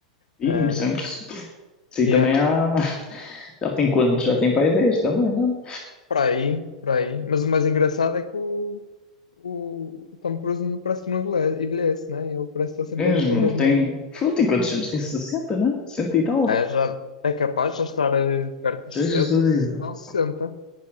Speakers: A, on the left (about 25°); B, on the left (about 85°).
A: Ih,
B: Ah,
A: Moçambique. Sim,
B: e
A: também
B: é
A: há. Já tem quantos? Já tem para aí 10 também, não?
B: para aí, para aí. Mas o mais engraçado é que o, o, o Tom Cruise não- parece que não envelhece, envelhece, né? Ele parece que está
A: Mesmo,
B: sempre ali com a mesma
A: ele tem. Ele tem quantos anos? Tem 60 não é? 60 e tal.
B: É, já, é capaz de já estar eh, perto dos
A: Jesus.
B: 60,
A: isso.
B: se não 60.